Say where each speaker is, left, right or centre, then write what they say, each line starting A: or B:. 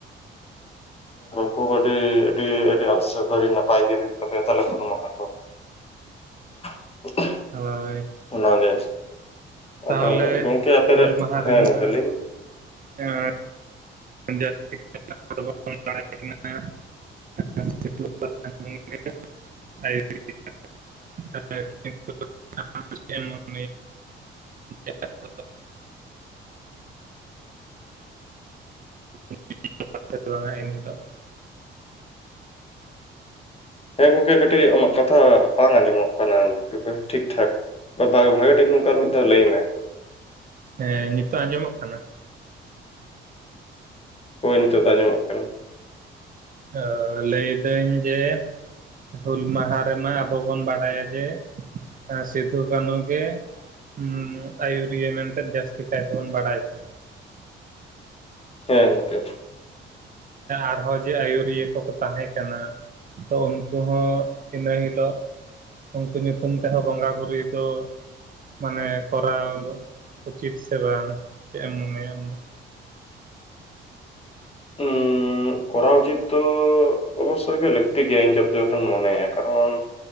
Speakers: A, on the left; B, on the right.
A: ᱠᱷᱩᱵ ᱟᱹᱰᱤ ᱟᱹᱰᱤ ᱟᱹᱰᱤ ᱱᱟᱯᱟᱭ ᱜᱮ ᱦᱩᱭᱩᱜ ᱛᱟᱯᱮ ᱛᱟᱦᱞᱮ ᱦᱩᱞ ᱢᱟᱦᱟ ᱠᱚ <unintelligible>
B: ᱦᱳᱭ
A: ᱚᱱᱟᱜᱮ
B: ᱛᱟᱦᱚᱞᱮ
A: ᱟᱫᱚ ᱜᱚᱢᱠᱮ ᱟᱯᱮ
B: ᱦᱩᱞ ᱢᱟᱦᱟ
A: ᱦᱮᱸ
B: ᱨᱮᱢᱟ
A: ᱜᱚᱢᱠᱮ ᱞᱟᱹᱭᱢᱮ
B: <unintelligible> <unintelligible> <unintelligible> <unintelligible> <unintelligible> <unintelligible>
A: ᱦᱮᱸ ᱜᱚᱝᱠᱮ ᱠᱟᱹᱴᱤᱡ ᱟᱢᱟᱜ ᱠᱟᱛᱷᱟ ᱵᱟᱝ ᱟᱸᱡᱚᱢᱚᱜ ᱠᱟᱱᱟ ᱴᱷᱤᱠ ᱴᱷᱟᱠ ᱵᱷᱟᱜᱮ ᱴᱷᱤᱠ ᱜᱚᱝᱠᱮ ᱟᱨ ᱢᱤᱫ ᱫᱷᱟᱣ ᱞᱟᱹᱭ ᱢᱮ᱾
B: ᱦᱮᱸ ᱱᱤᱛᱚᱜ ᱟᱸᱡᱚᱢᱚᱜ ᱠᱟᱱᱟ?
A: ᱦᱳᱭ ᱱᱤᱛᱳᱜ ᱫᱚ ᱟᱸᱡᱚᱢᱚᱜ ᱠᱟᱱᱟ᱾
B: ᱟᱹᱻ ᱞᱟᱹᱭᱫᱟᱹᱧ ᱡᱮ ᱦᱩᱞ ᱢᱟᱦᱟ ᱨᱮᱢᱟ ᱟᱵᱚ ᱵᱚᱱ ᱵᱟᱲᱟᱭᱟ ᱡᱮ ᱥᱤᱫᱷᱩ ᱠᱟᱹᱱᱩ ᱜᱮ ᱦᱩᱸ ᱟᱭᱩᱨᱤᱭᱟᱹ ᱢᱮᱱᱛᱮ ᱡᱟᱹᱥᱛᱤ ᱠᱟᱭ ᱛᱮᱵᱚᱱ ᱵᱟᱰᱟᱭ ᱠᱤᱱᱟ᱾
A: ᱦᱮᱸ ᱜᱚᱝᱠᱮ᱾
B: ᱟᱨᱦᱚᱸ ᱡᱮ ᱟᱭᱩᱨᱤᱭᱟᱹ ᱠᱚᱠᱚ ᱛᱟᱦᱮᱸ ᱠᱟᱱᱟ, ᱛᱚ ᱩᱱᱠᱩ ᱦᱚᱸ ᱤᱱᱟᱹ ᱦᱤᱞᱳ ᱩᱱᱠᱩ ᱧᱩᱛᱩᱢ ᱛᱮᱦᱚᱸ ᱵᱚᱸᱜᱟ ᱵᱩᱨᱩᱭ ᱫᱚ ᱢᱟᱱᱮ ᱠᱚᱨᱟᱣ ᱩᱪᱤᱛ ᱥᱮ ᱵᱟᱝ, ᱪᱮᱫ ᱮᱢ ᱢᱚᱱᱮᱭᱟ ᱟᱢᱫᱚ?
A: ᱩᱸᱻ ᱠᱚᱨᱟᱣ ᱩᱪᱤᱛ ᱫᱚᱻ ᱚᱵᱚᱥᱥᱳᱭ ᱜᱮ ᱞᱟᱹᱠᱛᱤ ᱜᱮᱭᱟ ᱤᱧ ᱡᱚᱛᱚᱴᱟᱧ ᱢᱚᱱᱮᱭᱟ, ᱠᱟᱨᱚᱱ